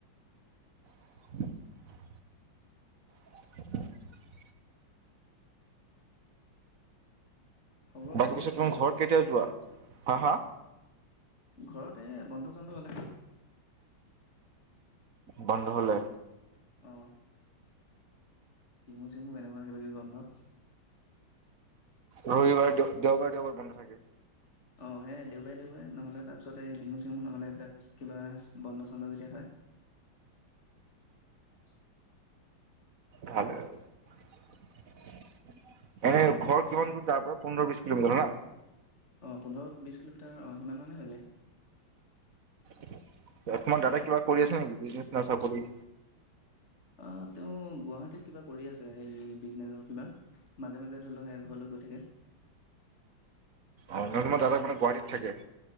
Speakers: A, on the right; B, on the left.
A: <unintelligible> <unintelligible>
B: খবৰ
A: বাকী
B: কৰি
A: পিছে
B: আছো
A: তুমাৰ
B: বাৰু
A: ঘৰত কেতিয়া যোৱা? অহ।
B: ঘৰত এ বন্ধ চন্দ হলে।
A: বন্ধ হলে।
B: অ বিহু চিহু এনেকুৱা কিবা কিবি বন্ধ।
A: ৰবিবাৰ দে দেওবাৰ দেওবাৰে বন্ধ থাকে।
B: অ সেই দেওবাৰে দেওবাৰে নহলে তাৰপিছতে বিহু চিহু নহ'লে এইবিলাক কিবা বন্ধ ছন্দ যেতিয়া হয়। <unintelligible>
A: ভালে। এনে ঘৰ কিমান দূৰ তাৰ পৰা, পোন্ধৰ বিশ কিলোমিটাৰ ন?
B: আহ পোন্ধৰ বিশ কিলোমিটাৰ অ সিমান মানে হৈ যায়।
A: তোমাৰ দাদাই কিবা কৰি আছে নেকি বিজনেচ ন চাকৰি?
B: আহ তেওঁ গুৱাহাটীত কিবা কৰি আছে সেই বিজনেচৰ কিবা মাজে মাজে ধৰি লওক সেই ঘৰলৈ গৈ থাকে।
A: অ নাৰ দাদা মানে গুৱাহাটীত থাকে